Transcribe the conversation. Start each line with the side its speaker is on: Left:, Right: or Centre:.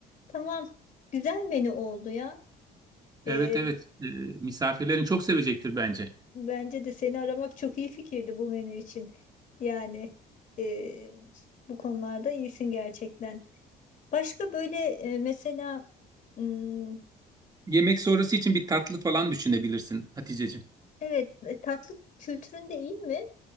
Left: Tamam. Güzel menü oldu ya. Ee,
Right: Evet evet Ee, misafirlerin çok sevecektir bence.
Left: bence de seni aramak çok iyi fikirdi bu menü için. Yani e, bu konularda iyisin gerçekten. Başka böyle e, mesela hmm,
Right: Yemek sonrası için bir tatlı falan düşünebilirsin Haticeciğim.
Left: evet e, tatlı kültürün de iyi mi?